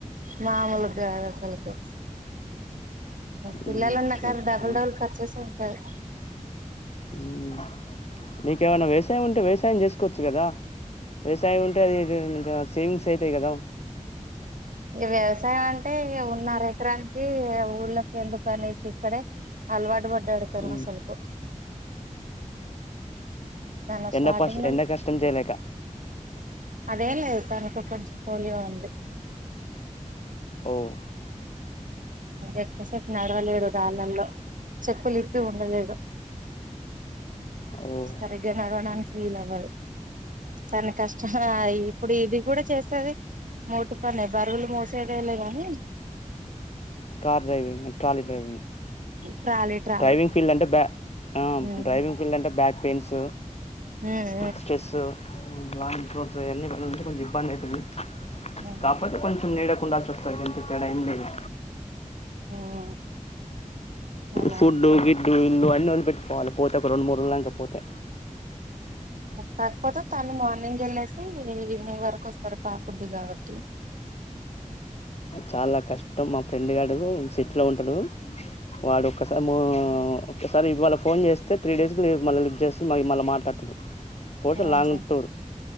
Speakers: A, on the right (about 75°); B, on the left (about 50°).
A: మామూల్గాద్ అసల్కు పిల్లల్
B: మ్మ్.
A: ఉన్న
B: చూ
A: కాడ డబల్
B: చూ.
A: డబల్ ఖర్చేస్ ఉంటాయ్
B: ఉమ్ మీకేమైన వ్యవసాయం ఉంటె వ్యవసాయం చేసుకోవచ్చు కదా వ్యవసాయం ఉంట్ సేవింగ్స్ అయితయ్ గదా
A: ఈ వ్యవసాయం అంటే ఉన్న అరెకరానికి ఊళ్ళకి ఎందుకనేసి ఇక్కడే అలవాటు పడ్డాడతారు
B: హ్మ్.
A: అసలుకు తను
B: ఎండక్
A: స్టార్టింగ్
B: పస్ ఎండక్ కష్టం చేయలేక
A: అదేలేద్ తనుకు కొంచెం పోలియో ఉంది
B: ఓహ్!
A: ఎక్కువసేపు నడవలేడు రాలల్లొ చెప్పులిప్పి ఉండలేడు
B: ఓహ్!
A: సరిగ్గా నడవడానికి వీల్ అవ్వద్ తన కష్టం ఇప్పుడు ఇది కూడ చేసేది మోటి పనే బరువులు మోసేదేలే గానీ
B: car driving and trolley driving
A: trolley trolley
B: driving field అంటే బ ఆ
A: ఉమ్
B: డ్రైవింగ్ ఫీల్డ్ అంటే బ్యాక్ పెయిన్స్
A: ఉమ్
B: స్ట్రెస్ బలాడ్ ఫ్రూట్స్ అవన్నీన్నంటే కొంచెం ఇబ్బంది అవుతుంది
A: ఉమ్
B: కాపోతే కొంచెం నీడ కుండా చస్తాయి ఎంత పేడైం లేదు
A: ఉమ్ అలా
B: ఫుడ్
A: ఉంటది
B: గిడ్డు ఇ అన్న పెట్టుకోవాలి పోతే ఒక రెండు మూడు రుంక పోతే
A: కాకపోతే తను మార్నింగ్ వెళ్ళసి ఈవినింగ్ వరకు వస్తారు పాకుద్ది కాబట్టి
B: చాలా కష్టం మా ఫ్రెండ్ గడు సిెట్లో ఉంటడు వాడు ఒక్కసారిసారి ఇవాళ ఫోన్ చేస్తే త్రీ డేస్కి మళ్ళీ లిఫ్ చేస్త మళ్ళీ మాట్లాడుతుంది పోతే
A: ఆహా
B: లాంగ్ టూర్